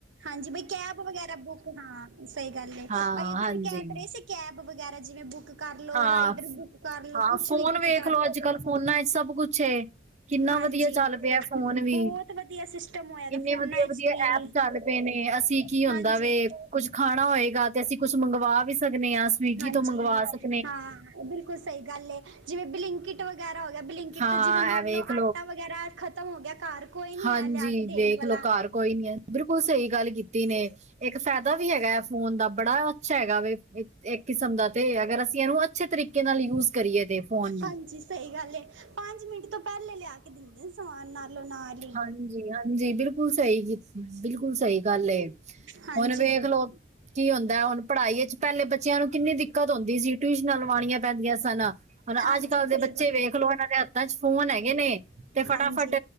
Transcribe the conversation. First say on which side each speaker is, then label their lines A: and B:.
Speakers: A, on the right; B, on the right.
A: ਹਾਂਜੀ, ਬਈ ਕੈਬ ਵਗੈਰਾ ਬੁੱਕ ਹਾਂ ਸਈ ਗੱਲ ਏ,
B: ਹਾਂ
A: ਅਈਓ ਤੁਸੀ
B: ਹਾਂਜੀ
A: ਕੈ ਤੇ ਰਏ ਸੀ। ਕੈਬ ਵਗੈਰਾ ਜਿਵੇਂ ਬੁੱਕ ਕਰ ਲਓ
B: ਹਾਂ,
A: ਰਾਈਡਰ ਬੁੱਕ ਕਰ ਲਓ
B: ਹਾਂ
A: ਕੁਛ
B: ਫੋਨ
A: ਵੀ ਤੁਸੀਂ
B: ਵੇਖਲੋ।
A: ਕਰ ਸਕ
B: ਅੱਜ-ਕੱਲ ਫੋਨਾਂ ਏੱਚ ਸਭ ਕੁਛ ਏ। ਕਿੰਨਾ
A: ਹਾਂਜੀ
B: ਵਧੀਆ ਚੱਲ ਪੇਐ ਫੋਨ
A: ਬਹੁਤ
B: ਵੀ,
A: ਵਧੀਆ ਸਿਸਟਮ ਹੋਇਆ ਦਾ
B: ਕਿੰਨੇ
A: ਫੋਨਾਂ
B: ਵਦੀਆ-ਵਦੀਆ
A: ਵਿੱਚ ਵੀ
B: ਐਪ ਚੱਲ ਪ ਪੇ ਨੇ, ਅਸੀਂ ਕੀ ਹੁੰਦਾ
A: ਹਾਂਜੀ
B: ਵੇ ਕੁੱਛ ਖਾਣਾ ਹੋਏਗਾ, ਤੇ ਅਸੀਂ ਕੁਛ ਮੰਗਵਾ ਵੀ ਸਕਨੇ ਆਂ ਸਵੀਗੀ
A: ਹਾਂਜੀ
B: ਤੋ ਮੰਗਵਾ ਸਕ
A: ਹਾਂ, ਬਿਲਕੁਲ ਸਈ ਗੱਲ ਏ, ਜਿਵੇਂ ਬਿਲਿੰਕ ਬਲਿੰਕਿਟ ਵਗੈਰਾ ਹੋ ਗੇਆ, ਬਲਿੰਕਿਟ
B: ਹਾਂ
A: ਤੋਂ ਜਿਵੇਂ ਮੰਨ
B: ਇਹ ਵੇਖ
A: ਲੋ ਆਟਾ ਵਗੈਰਾ ਖਤਮ ਹੋ ਗੇਆ ਘਰ ਕੋਈ ਨੀ
B: ਹਾਂਜੀ,
A: ਆਇਆ ਲਿਆ ਕੇ ਦੇਣ
B: ਵੇਖਲੋ
A: ਵਾਲਾ
B: ਘਰ ਕੋਈ ਨੀ ਐ, ਬਿਲਕੁਲ ਸਈ ਗੱਲ ਕੀਤੀ ਨੇ ਏੱਕ ਫੈਦਾ ਵੀ ਹੈਗੈ ਫੋਨ ਦਾ ਬੜਾ ਅੱਛਾ ਹੈਗਾ ਵੇ ਏ ਏੱਕ ਕਿਸਮ ਦਾ ਤੇ ਅਗਰ ਅਸੀਂ ਐਨੂੰ ਅੱਛੇ ਤਰੀਕੇ ਤਰੀਕੇ ਨਾਲ ਯੂਜ ਕਰੀਏ ਤੇ ਫੋਨ ਨੂੰ
A: ਹਾਂਜੀ ਸਹੀ ਗੱਲ ਏ, ਪੰਜ ਮਿੰਟ ਤੋਂ ਪਹਿਲੇ ਲਿਆ ਕੇ ਦਿੰਦੇ ਨੇ ਸਮਾਨ ਨਾਲੋਂ ਨਾਲ। ਹੀ
B: ਹਾਂਜੀ- ਹਾਂਜੀ, ਬਿਲਕੁਲ ਸਹੀ ਕੀ, ਬਿਲਕੁਲ ਸਹੀ ਗੱਲ ਏ।
A: ਹਾਂਜੀ
B: ਹੁਣ ਵੇਖ ਲਓ ਕੀ ਹੁੰਦਾ, ਪੜ੍ਹਾਈ ਵਿੱਚ ਪਹਿਲੇ ਬੱਚਿਆਂ ਨੂੰ ਕਿੰਨੀ ਦਿੱਕਤ ਹੁੰਦੀ ਸੀ, ਟਿਊਸ਼ਨਾਂ ਲਵਾਉਣੀਆਂ ਪੈਂਦੀਆਂ ਸਨ ਹੁਣ
A: ਹਾਂਜੀ
B: ਅੱਜ- ਕੱਲ੍ਹ ਦੇ
A: ਸਹੀ
B: ਬੱਚੇ
A: ਗੱਲ
B: ਵੇਖ
A: ਏ
B: ਲੋ, ਇਹਨਾਂ ਦੇ ਹੱਥਾਂ 'ਚ' ਫੋਨ ਹੈਗੇ ਨੇ ਤੇ ਫਟਾਫਟ
A: ਹਾਂਜੀ,